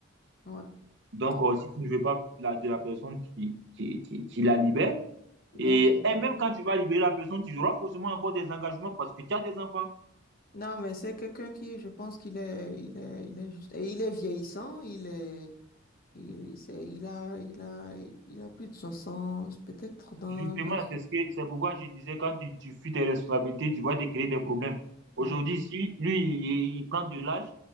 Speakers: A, on the left (about 50°); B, on the right (about 60°).
A: Voilà.
B: Donc,
A: Donc,
B: euh, si tu
A: oui.
B: ne veux pas la- de la personne qui, qui, qui, qui la libère,
A: donc
B: et,
A: c'est
B: et
A: ça.
B: même quand tu vas libérer la personne, tu auras forcément encore des engagements parce que tu as des enfants.
A: Non, mais c'est quelqu'un qui, je pense qu'il est, il est, il est juste, et il est vieillissant, il est, Il, c'est- il a, il a, il a plus de 60 peut-être dans
B: Justement,
A: la...
B: c'est ce que, c'est pourquoi je disais, quand tu, tu fuis tes responsabilités, tu vas te créer des problèmes. Aujourd'hui,
A: Ouais,
B: si lui, il, il prend de l'âge,